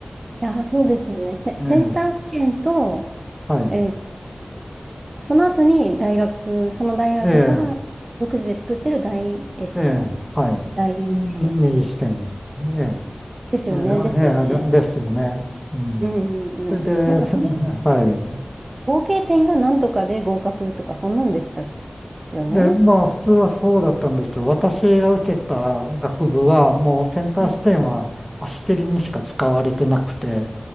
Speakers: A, on the right (about 50°); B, in the centre.
A: や、そうですよね。セ、
B: ええ、
A: センター試験と、
B: はい、
A: えーその後に大学、その大学が独自で作ってる大、
B: ええ、
A: えっと、
B: ええ、はい、
A: 第二試験です。
B: 右試験、ええ、
A: ですよね。
B: ええ、
A: でしたよね。
B: ええあれですよね。うん。
A: うんうんうん。
B: それで、
A: なんかそれ、
B: せはい。
A: 合計点がなんとかで合格とか、そんなんでしたよね。
B: で、まあ、普通はそうだったんですけど、私が受けた学部は、もうセンター試験は足切りにしか使われてなくて、
A: はい。